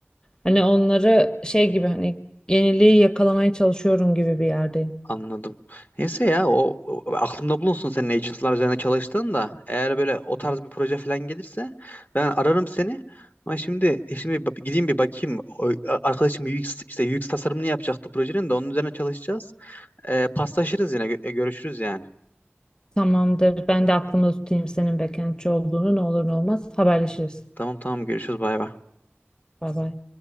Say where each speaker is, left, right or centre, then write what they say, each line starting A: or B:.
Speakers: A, on the left; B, on the left.
A: Hani onları şey gibi hani yeniliği yakalamaya çalışıyorum gibi bir yerdeyim.
B: Anladım. Neyse ya o, o- aklımda bulunsun senin agentlar üzerine çalıştığın da eğer böyle o tarz bir proje falan gelirse ben ararım seni. Ama şimdi e, şimdi bir bak- gideyim bir bakayım. O, arkadaşım UX işte UX tasarımını yapacaktı projenin de onun üzerine çalışacağız. Ee, paslaşırız yine gö- e, görüşürüz yani.
A: Tamamdır. Ben de aklımda tutayım senin backendçi olduğunu ne olur ne olmaz. Haberleşiriz.
B: Tamam tamam görüşürüz bay bay.
A: Bay bay.